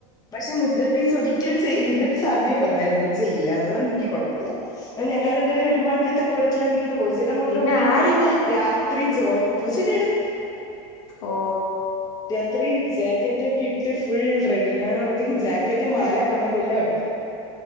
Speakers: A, on the left; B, on the left.
A: പക്ഷെ മുദ്രാ പീസ് ഒരിക്കലും ചെ മുദ്ര പീസ് ആദ്യമേ പർഞ്ഞായിരുന്നു ചെയ്യില്ലന്ന് അത്കൊണ്ട് ഇൻക്ക് കൊഴപ്പല. ഞങ്ങാണ്ടാര് ഒരുമാതിരിത്തെ കോലത്തിലാ നിക്കുന്ന പോ ചേട്ട മാത്രം
B: പിന്നെ
A: ഒരുങ്ങി
B: ആരിടും
A: രാത്രി ജോക് പോ ചേട്ട ഇടും.
B: ഓ
A: രാത്രി ജാക്കറ്റൊക്കെട്ട് ഫുൾ റെ <unintelligible> ജാക്കറ്റ്, മാല, കമ്മല് എല്ലാം ഉണ്ട്.